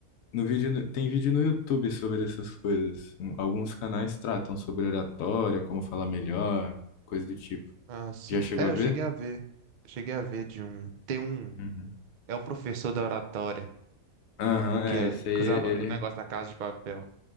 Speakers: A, on the left; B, on the right.
A: No vídeo no- Tem vídeo no YouTube sobre essas coisas. Um- Alguns canais tratam sobre oratória, como falar melhor, coisa do tipo.
B: Ah, sim.
A: Já chegou
B: É,
A: a
B: eu
A: ver?
B: cheguei a ver, eu cheguei a ver de um, tem um,
A: Uhum.
B: é o professor da oratória,
A: Aham,
B: o que,
A: é,
B: é,
A: esse aí,
B: que usava
A: ele...
B: o negócio da casa de papel.